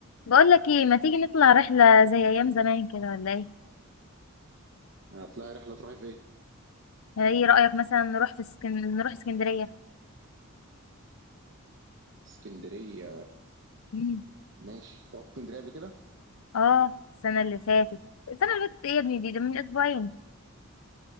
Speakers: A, on the left; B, on the right.
A: بقول لك ايه ما تيجي نطلع رحلة زي ايام زمان كده ولا ايه
B: هتطلعي رحلة تروحي فين؟
A: يعني ايه رأيك مثلا نروح في سكن... نروح اسكندرية
B: اسكندرية
A: مم.
B: ماشي رحت اسكندرية قبل كده؟
A: اه السنة اللي فاتت السنة اللي فاتت ايه يا ابني دي ده من اسبوعين